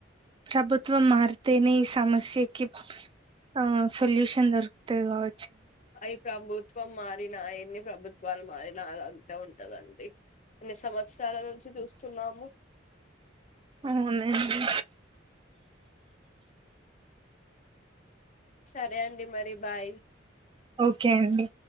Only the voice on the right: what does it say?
ప్రభుత్వం మార్తేనే ఈ సమస్యకి ఆ సొల్యూషన్ దొరుకుతది, గావ
అవునండి
ఓకే అండి